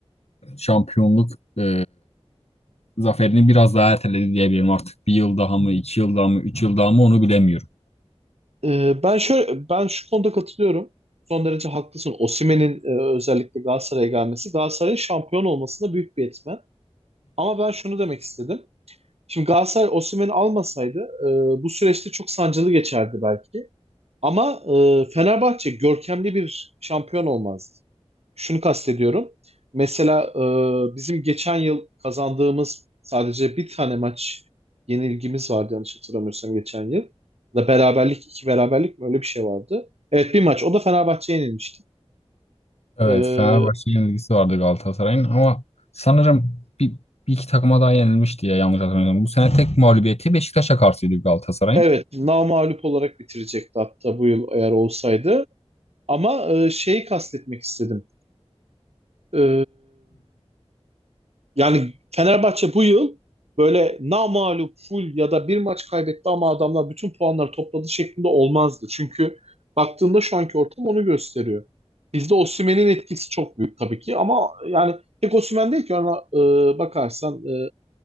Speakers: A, on the left; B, on the right.
A: şampiyonluk e, zaferini biraz daha erteledi diyebilirim artık. Bir yıl daha mı, iki yıl daha mı, üç yıl daha mı onu bilemiyorum.
B: e, ben şöyle, ben şu konuda katılıyorum. Son derece haklısın. Osimhen'in e, özellikle Galatasaray'a gelmesi, Galatasaray'ın şampiyon olmasında büyük bir etmen. Ama ben şunu demek istedim. Şimdi Galatasaray Osimhen'i almasaydı e, bu süreçte çok sancılı geçerdi belki. Ama e, Fenerbahçe görkemli bir şampiyon olmazdı. Şunu kastediyorum. Mesela e, bizim geçen yıl kazandığımız sadece bir tane maç yenilgimiz vardı yanlış hatırlamıyorsam geçen yıl. Ya Da beraberlik, iki beraberlik mi öyle bir şey vardı. Evet bir maç. O da Fenerbahçe'ye yenilmişti.
A: Evet,
B: E,
A: Fenerbahçe'ye ilgisi vardı Galatasaray'ın ama sanırım bir, bir iki takıma daha yenilmişti ya yanlış hatırlamıyorum. Bu sene tek mağlubiyeti Beşiktaş'a karşıydı Galatasaray'ın.
B: evet namağlup olarak bitirecekti hatta bu yıl eğer olsaydı. Ama e, şeyi kastetmek istedim. E, Yani Fenerbahçe bu yıl böyle namağlup full ya da bir maç kaybetti ama adamlar bütün puanları topladı şeklinde olmazdı. Çünkü baktığında şu anki ortam onu gösteriyor. Bizde Osimhen'in etkisi çok büyük tabii ki ama yani tek Osimhen değil ki ona e, bakarsan e,